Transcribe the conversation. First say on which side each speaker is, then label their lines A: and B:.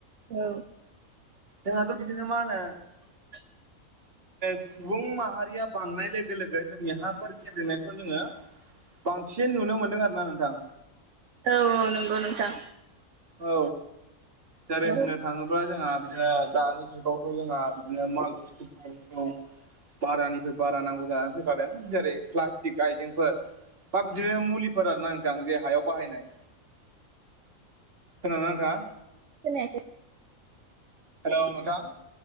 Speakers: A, on the right (about 65°); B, on the right (about 45°).
A: औ
B: जोंहाथ' बिदिनो मा होनो
A: <inaudible>
B: सुबुं माहारिया बांनाय लोगो लोगो जोंनि हाफोर गेब्लेनायखौ जोङो बांसिन नुनो मोनदों आरोना नोंथां
A: औ औ नंगौ नोंथां
B: औ जेरै
A: औ
B: होननो थाङोब्ला जोंहा बिदि दानि जुगावथ' जोंहा बिदिनो माल बुस्थुफोरखौ बारानिफ्राय बारा नांगौ जानानै फैखादों जेरै प्लास्टिक आइजेंफोर दा बिदिनो मुलिफोर ना नोंथां जे हायाव बाहायनाय खोनादों ना नोंथां
A: खोनायाखै
B: हेल' नोंथां